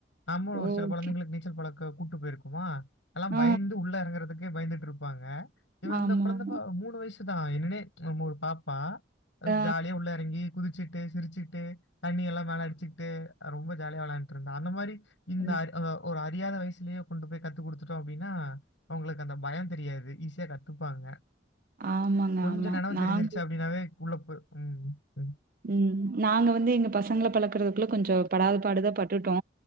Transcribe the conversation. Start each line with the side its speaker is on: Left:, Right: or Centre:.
Left: நாமு
Right: ஓகே.
Left: ஒரு சில கொழந்தைங்களுக்கு நீச்சல் பழக்க கூட்டு போயிருக்குமா எல்லா
Right: ஆ,
Left: பயந்து உள்ள எறங்கறதுக்கே பயந்துட்டு இருப் பாங்க இவ
Right: ஆமாமா.
Left: இந்த கொழந்தைப்பா மூணு வயசுதா என்னனே நம்ம ஒரு பாப்பா
Right: ஆ,
Left: ஸ் ஜாலியா உள்ள எறங்கி குதிச்சிட்டு சிரிச்சிட்டு தண்ணி எல்லா மேல அடிச்சி டு ரொம்ப ஜாலியா வெளாண்ட்டு இருந்தா அந்த மாரி இந்த
Right: ம்.
Left: அடு அ ஒரு அறியாத வயசுலே கொண்டு போய் கத்து குடுத்துட்டோ அப்டின்னா அவுங்களுக் அந்த பயோ தெரியாது ஈஸியா கத்துப்பாங்க
Right: ஆமாங்க,
Left: கொஞ்சோ
Right: ஆமா.
Left: நெனவு தெரிஞ்சிருச்சு
Right: நாங்க
Left: அப்டின்னாவே உள்ள போ ம் ம்
Right: ம் நாங்க வந்து எங்க பசங்கள பழக்கறதுக்குள்ள கொஞ்சோ படாத பாடுதா பட்டுட்டோ